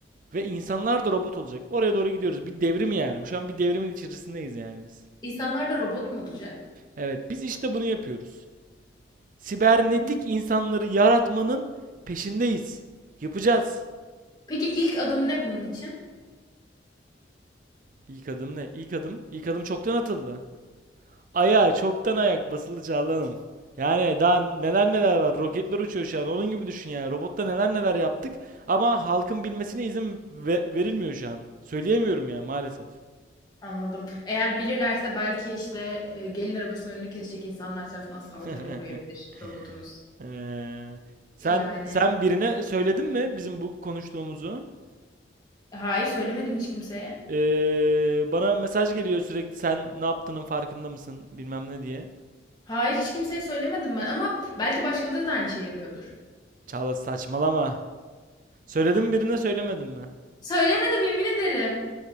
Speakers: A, on the right; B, on the left.
A: ve insanlar da robot olacak. Oraya doğru gidiyoruz. Bir devrim yani. Bu şu an bir devrimin içerisindeyiz yani biz.
B: İnsanlar da robot mu olacak?
A: Evet, biz işte bunu yapıyoruz. Sibernetik
B: Hmm.
A: insanları yaratmanın peşindeyiz. Yapacağız.
B: Peki ilk adım ne bunun için?
A: İlk adım ne? İlk adım, ilk adım çoktan atıldı. Ayağa çoktan ayak basıldı Çağlan'ım. Yani daha neler neler var. Roketler uçuyor şu an. Onun gibi düşün yani. Robotta neler neler yaptık ama halkın bilmesine izin ve- verilmiyor şu an. Söyleyemiyorum ya maalesef.
B: Anladım. Eğer bilirlerse belki, işte, eee, gelin arabasının önünü kesecek insanlar tarafından saldırıya
A: <laughs>
B: uğrayabilir robotunuz.
A: Ee, sen
B: Yani
A: sen birine söyledin mi bizim bu konuştuğumuzu?
B: Hayır, söylemedim hiç kimseye.
A: Ee, bana mesaj geliyor sürekli sen ne yaptığının farkında mısın bilmem ne diye.
B: Hayır, hiç kimseye söylemedim ben ama belki başkaları da aynı şeyi yapıyordur.
A: Çağla saçmalama. Söyledim birine söylemedin mi?
B: Söylemedim, yemin ederim.